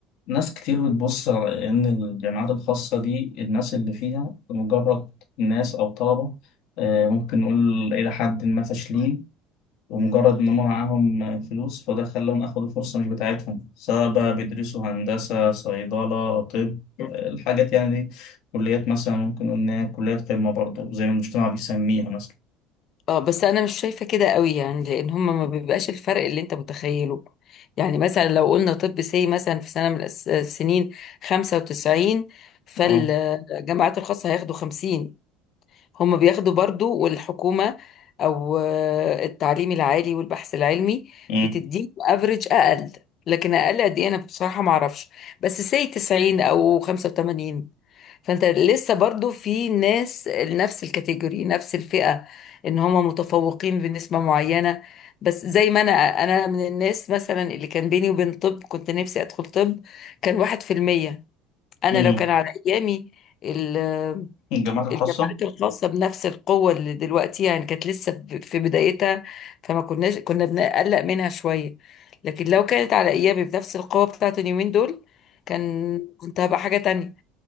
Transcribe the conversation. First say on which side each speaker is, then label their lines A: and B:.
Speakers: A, on the left; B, on the left.
A: ناس كتير بتبص على إن الجامعات الخاصة دي الناس اللي فيها مجرد ناس أو طلبة آه، ممكن نقول إلى حد ما فاشلين ومجرد إن هم معاهم فلوس فده خلاهم أخدوا فرصة مش بتاعتهم سواء بقى بيدرسوا هندسة صيدلة طب
B: مم.
A: آه، الحاجات يعني دي كليات مثلا ممكن نقول إن هي كليات قمة برضه زي ما المجتمع بيسميها مثلا
B: اه بس انا مش شايفه كده قوي يعني لان هما ما بيبقاش الفرق اللي انت متخيله يعني مثلا لو قلنا طب سي مثلا في سنه من الأس- السنين 95 فالجامعات
A: اه
B: الخاصه هياخدوا 50 هما بياخدوا برضو والحكومه او آه، التعليم العالي والبحث العلمي
A: أمم.
B: بتديهم افريج اقل لكن اقل قد ايه انا بصراحه ما اعرفش بس سي 90 او 85 فانت لسه برضو في ناس نفس الكاتيجوري نفس الفئة ان هم متفوقين بنسبة معينة بس زي ما انا انا من الناس مثلا اللي كان بيني وبين طب كنت نفسي ادخل طب كان واحد في المية انا
A: أمم.
B: لو كان على ايامي ال-
A: الجامعات الخاصة
B: الجامعات الخاصة بنفس القوة اللي دلوقتي يعني كانت لسه في بدايتها فما كناش كنا بنقلق منها شوية لكن لو كانت على ايامي بنفس القوة بتاعت اليومين دول كان كنت هبقى حاجة تانية